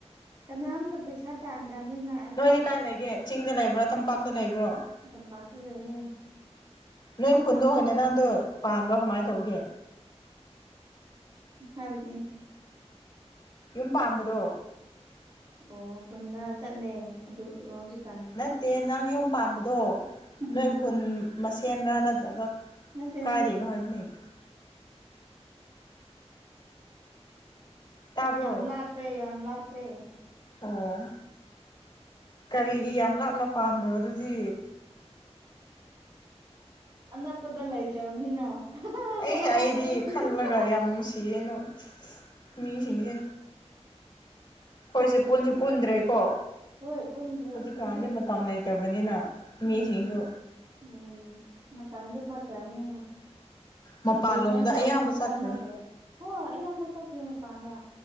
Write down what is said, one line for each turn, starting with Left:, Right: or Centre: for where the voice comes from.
Right: ꯀꯅꯥꯝꯇ ꯄꯩꯁꯥ ꯇꯥꯟꯗ꯭ꯔꯝꯅꯤꯅ
Left: ꯅꯣꯏꯗꯤ ꯀꯥꯏ ꯂꯩꯒꯦ ꯆꯤꯡꯗ ꯂꯩꯕ꯭ꯔꯥ ꯇꯝꯄꯥꯛꯇ ꯂꯩꯕ꯭ꯔꯣ
Right: ꯇꯝꯄꯥꯛꯇ ꯂꯩꯌꯦ
Left: ꯅꯣꯏ ꯈꯨꯟꯗ ꯑꯣꯏꯅ ꯅꯪꯗꯣ ꯄꯥꯟꯕ꯭ꯔꯣ ꯀꯃꯥꯏ ꯇꯧꯒꯦ
Right: ꯍꯥꯏꯕꯗꯤ
Left: ꯌꯨꯝ ꯄꯥꯟꯕꯗꯣ
Right: ꯑꯣ ꯈꯨꯟꯗ ꯆꯠꯂꯦ ꯑꯗꯨ <unintelligible>
Left: ꯅꯠꯇꯦ ꯅꯪ ꯌꯨꯝ ꯄꯥꯟꯕꯗꯣ
Right: ꯎꯝ
Left: ꯅꯣꯏ ꯈꯨꯟ ꯃꯁꯦꯟꯔꯥ ꯅꯠꯇ꯭ꯔꯒ
Right: ꯅꯠꯇꯦ
Left: ꯀꯥꯏꯔꯤꯅꯣ
Right: ꯅꯠꯇꯦ
Left: ꯍꯥꯏ <unintelligible> ꯇꯥꯕ꯭ꯔꯣ
Right: ꯌꯥꯝ ꯂꯥꯞꯄꯦ ꯌꯥꯝ ꯂꯥꯞꯄꯦ
Left: ꯑꯣ ꯀꯔꯤꯒꯤ ꯌꯥꯝ ꯂꯥꯞꯅ ꯄꯥꯟꯕ꯭ꯔꯣ ꯑꯗꯨꯗꯤ
Right: ꯑꯅꯛꯄꯗ ꯂꯩꯇ꯭ꯔꯕꯅꯤꯅ
Left: ꯑꯩ
Right: ꯑꯔꯥꯞꯄꯗ
Left: ꯑꯩꯗꯤ
Right: ꯊꯤꯕ
Left: ꯈꯜꯂꯒ ꯌꯥꯝ ꯅꯨꯡꯁꯤꯌꯦꯅ ꯃꯤꯁꯤꯡꯁꯦ ꯑꯩꯈꯣꯏꯁꯦ ꯄꯨꯟꯁꯨ ꯄꯨꯟꯗ꯭ꯔꯦꯀꯣ
Right: ꯍꯣꯏ ꯄꯨꯟꯗ꯭ꯔꯦ
Left: ꯍꯧꯖꯤꯛꯀꯥꯟꯗꯤ
Right: ꯆꯍꯤ
Left: ꯃꯇꯝ ꯂꯩꯇꯕꯅꯤꯅ ꯃꯤꯁꯤꯡꯁꯨ
Right: ꯎꯝ ꯎꯝ ꯃꯇꯝꯁꯨ ꯐꯠꯇ꯭ꯔꯕꯅꯤꯅ
Left: ꯃꯄꯥꯟꯂꯣꯝꯗ
Right: ꯔꯤꯌꯨꯅꯤꯌꯟ ꯇꯧꯅꯕꯁꯨ
Left: ꯑꯌꯥꯝꯕ ꯆꯠꯈ꯭ꯔꯦ
Right: ꯍꯥꯏꯅꯗ꯭ꯔꯦ ꯍꯣꯏ ꯑꯩꯌꯥꯝꯕ ꯆꯠꯈ꯭ꯔꯦ ꯃꯄꯥꯟꯗ